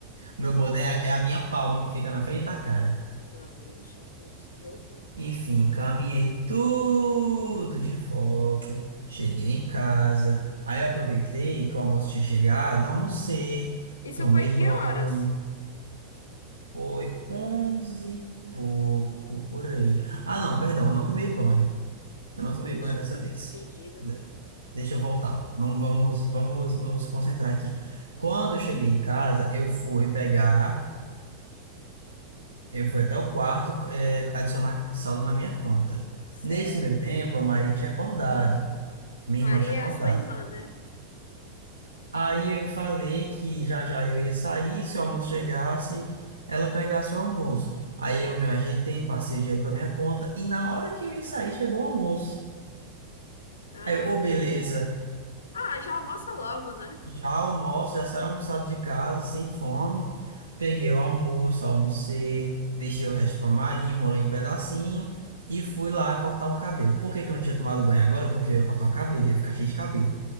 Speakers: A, on the right (about 80°); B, on the left (about 65°).
A: meu boné é a minha palma que fica na frente da cara.
B: Pelo amor de Deus, que horror.
A: Enfim, caminhei tudo de volta. Cheguei em casa. Aí eu aproveitei que o almoço tinha chegado, almocei,
B: Isso
A: tomei
B: foi que
A: banho.
B: horas?
A: Foi 11 e pouco por aí. Ah, não, perdão, eu não tomei banho. Eu não tomei
B: Vixe,
A: banho dessa vez.
B: fedido.
A: De- Deixa eu voltar. Vamos, vamos, vamos nos concentrar aqui. Quando eu cheguei em casa, eu fui pegar eu fui até o quarto, eh, adicionar saldo na minha conta.
B: Certo.
A: Nesse meu tempo, a Marinha tinha acordado, minha
B: Maria
A: irmã tinha acordado.
B: é a sua irmã, né?
A: Aí eu falei que já já eu ia sair, se o almoço chegasse, ela pegasse o almoço. Aí eu me ajeitei, passei o dinheiro para minha conta e na hora que eu ia sair, chegou o almoço.
B: Ah,
A: Aí eu, ô,
B: meu
A: beleza.
B: Deus. Ah, já almoça logo, né?
A: Já almoço, já saí almoçado de casa, sem fome. Peguei o almoço, almocei, deixei o resto pra Maria, enrolei um pedacinho e fui lá cortar o cabelo. Por que que eu não tinha tomado banho agora? Porque eu ia cortar o cabelo, ia ficar cheio de cabelo.